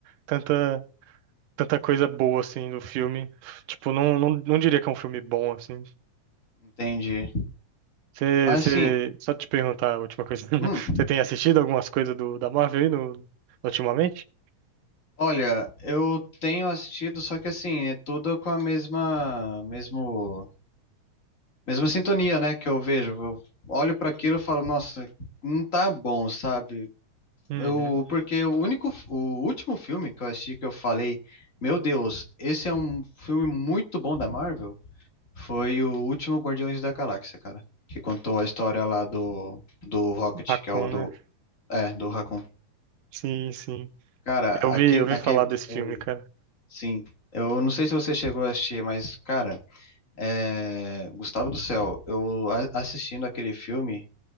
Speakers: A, on the right; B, on the left.
A: tanta, tanta coisa boa assim no filme. Tipo, não, não, não diria que é um filme bom assim.
B: entendi.
A: Você,
B: Mas
A: você,
B: assim,
A: só te perguntar a última coisa. <laughs>
B: hum.
A: Você tem assistido algumas coisas do, da Marvel aí no, ultimamente?
B: Olha, eu tenho assistido, só que assim, é tudo com a mesma, mesmo, mesma sintonia, né, que eu vejo. Eu olho para aquilo e falo, nossa, não tá bom, sabe?
A: Uhum.
B: Eu, porque o único, o último filme que eu assisti que eu falei, meu Deus, esse é um filme muito bom da Marvel, foi o último Guardiões da Galáxia, cara, que contou a história lá do do Rocket,
A: Hakun,
B: que é o do,
A: né?
B: é, do Raccoon.
A: Sim, sim.
B: Cara,
A: Eu
B: aquele,
A: vi, eu vi
B: aquele,
A: falar desse
B: o-
A: filme, cara.
B: Sim, eu não sei se você chegou a assistir, mas, cara, é... Gustavo do Céu, eu a- assistindo aquele filme,